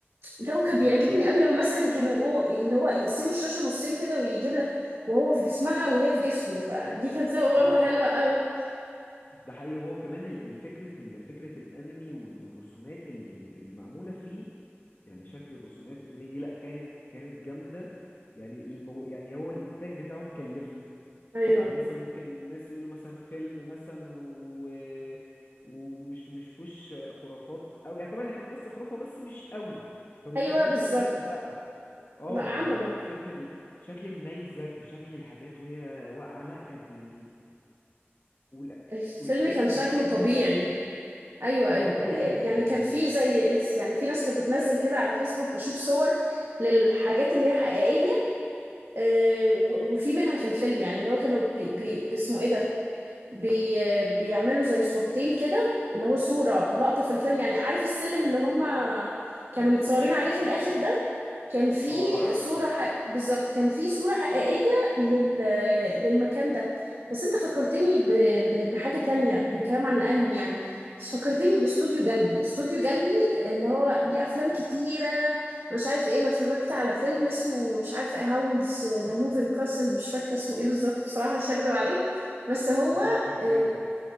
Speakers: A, on the right (about 65°); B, on the left (about 50°).
A: ولا وكان
B: بالظبط
A: بيعجبني قوي لما مثلا كانوا أو اللي هو يقسموا الشاشة نصين كده ويجيب لك وهو في جسمها وهي في جسمه فدي كانت برضه
B: اه
A: حلوة قوي
B: ده حقيقي هو كمان ال- الفكرة ال- فكرة الانمي وال- والرسومات ال- ال- اللي معمولة فيه يعني شكل الرسومات والدنيا دي لا كانت كانت جامدة يعني المو... يعني هو الانتاج بتاعه مكلفه
A: ايوه
B: يعني مثلا ممكن الناس يقولوا مثلا فيلم مثلا و... ومش مش فيهوش خرافات قوي يعني طبعا هي القصه خرافه بس مش قوي فمش
A: ايوه
B: هيعملوا
A: بالظبط
B: فيه رسومات لا اه
A: لا عمله
B: يعني إن شكل ال... شكل النيزك وشكل الحاجات وهي واقعه لا كانت ال... وال...
A: الفيلم
B: والاماكن
A: كان شكله
B: اللي كانوا
A: طبيعي
B: بيه
A: ايوه ايوه
B: اه طبيعي
A: ال- ال-
B: جدا
A: يعني
B: يعني
A: كان في زي يعني في ناس كانت بتنزل كده على فيسبوك بشوف صور للحاجات اللي هي حقيقيه آه، و- وفي منها في الفيلم يعني اللي هو كانوا بي بي باسمه ايه ده بي آه، بيعملوا زي صورتين كده اللي هو صوره لقطه في الفيلم يعني عارف السلم اللي هم كانوا متصورين عليه في الاخر ده كان في
B: اه عارفه
A: صورة حق... بالظبط كان في صورة حقيقية لل... للمكان ده بس انت فكرتني ب... ب... بحاجة تانية بالكلام عن الانمي يعني بس فكرتني باستوديو جلبي استوديو جلبي اللي هو ليه افلام كتيرة أنا مش عارف ايه انا اتفرجت على فيلم اسمه مش عارفة هاولز ذا موفينج كاسل مش فاكرة اسمه ايه بالظبط بصراحة مش هكدب عليك بس هو
B: اه كان
A: آه،
B: جامد